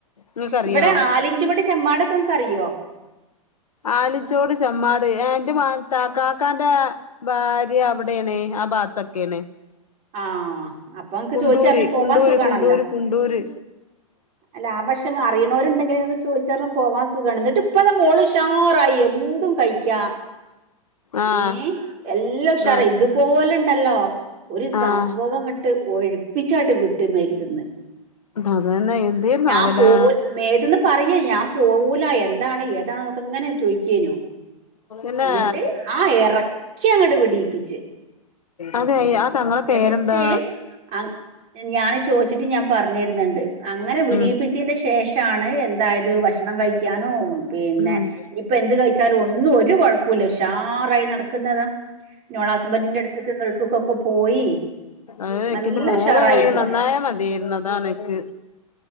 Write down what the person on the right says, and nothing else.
ഇവിടെ ആലിഞ്ചുവട് ചെമ്മാടൊക്കെങ്ങക്ക് അറിയോ?
ആഹ് അപ്പൊ നിങ്ങക്ക്
ചോദിച്ചറിഞ്ഞ് പോവാൻ
സുഖാണല്ലോ
അല്ല ആ പക്ഷെ അറിയണവരുണ്ടെങ്കിൽ ചോദിച്ചഞ്ഞ പോവാൻ സുഗാണ് എന്നിട്ടിപ്പത മോൾ ഉഷാറായി എന്തും കഴിക്ക
ഏ എല്ലാ ഉഷറായി
ഇതുപോലെ ണ്ടല്ലോ ഒരു സംഭവം
ഇട്ട് ഒഴിപ്പിച്ചായിട്ട് വിട്ട് മേൽ തിന്ന്
<unintelligible> പറയ ഞാൻ പോവൂല എന്താണ് ഏതാണൊക്കെ ഇങ്ങനെ ചോയിക്കെനു.
എന്നിട്ട് ആ ഇറക്കി അങ്ങോട്ട് വിടീപിച്ച്.
എന്നിട്ട്, ആ, ഞാൻ ചോദിച്ചിട്ട് ഞാൻ പറഞ്ഞിരുന്നുണ്ട്, അങ്ങനെ വിടീപ്പിച്ചതിന്റെ
ശേഷാണ് എന്തായത് ഭക്ഷണം കഴിക്കാനും പിന്നെ
ഇപ്പൊ എന്ത് കഴിച്ചാലും ഒന്നും ഒരു കുഴപ്പമില്ല ഉഷാറായി നടക്കുന്നതാ. നിങ്ങൾ ഹസ്ബന്ഡിന്റെ അടുത്തേക്ക്‌ അടുത്തുക്കൊക്കെ പോയി
നല്ല
ഉഷാറായിപ്പോ